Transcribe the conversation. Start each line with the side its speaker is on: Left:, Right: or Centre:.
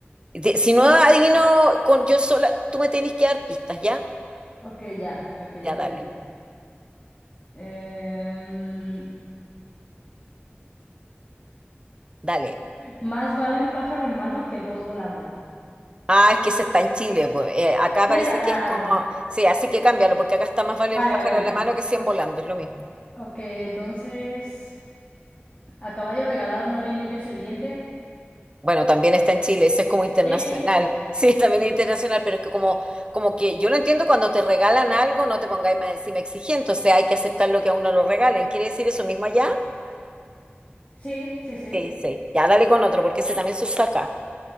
Right: de- si no adivino con yo sola, tú me tenés que dar pistas, ¿ya?
Left: Ok, ya, ok,
Right: Ya,
Left: ya entendí.
Right: dale,
Left: Em,
Right: dale.
Left: más vale un pájaro en mano que dos volando.
Right: Ah, es que ese está en Chile, pues. eh, acá
Left: Neta,
Right: parece que es
Left: ah,
Right: como, sí, así que cámbialo, porque acá está más vale
Left: vale,
Right: el pájaro
Left: vale, vale.
Right: en la mano que cien volando, es lo mismo.
Left: Ok, entonces. A caballo regalado no le mires el diente.
Right: Bueno, también está en Chile, eso es como internacional.
Left: Sí.
Right: <laughs> Sí, también es internacional, pero es que como, como que yo lo entiendo cuando te regalan algo, no te pongáis más encima exigente, o sea, hay que aceptar lo que a uno lo regalen. ¿Quiere decir eso mismo allá?
Left: Sí, sí, sí.
Right: Sí, sí. Ya dale con otro, porque ese también se usa acá.